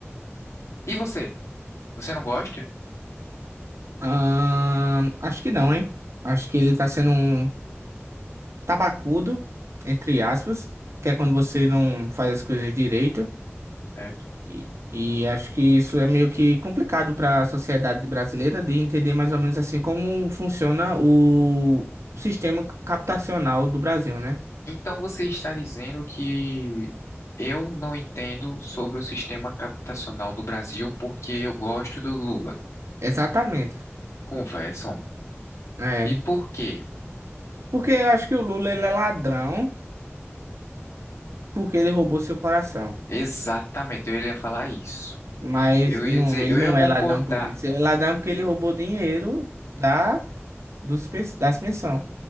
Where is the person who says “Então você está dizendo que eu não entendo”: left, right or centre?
Left